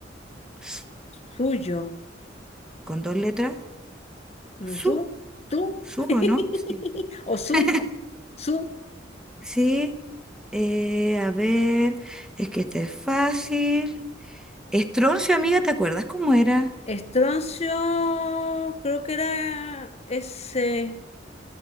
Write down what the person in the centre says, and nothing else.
s-
Con dos letras.
Su,
su,
¿o no? Sí.
<laughs>
Sí, eh, a ver, es que este es fácil. Estroncio, amiga, ¿te acuerdas cómo era?